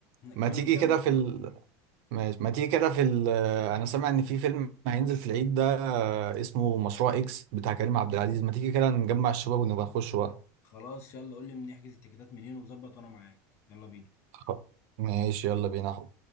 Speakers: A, on the right (about 45°); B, on the left (about 30°).
A: ما
B: كمل
A: تيجي
B: كمل
A: كده في
B: كمل
A: ال...
B: مم.
A: ما ما تيجي كده في ال... انا سامع ان في فيلم هينزل في العيد ده آه، اسمه مشروع اكس بتاع كريم عبد العزيز ما تيجي كده نجمع الشباب ونبقى نخش بقى
B: خلاص يلا قول لي نحجز التيكيتات منين وظبط وانا معاك يلا بينا
A: خ- ماشي يلا بينا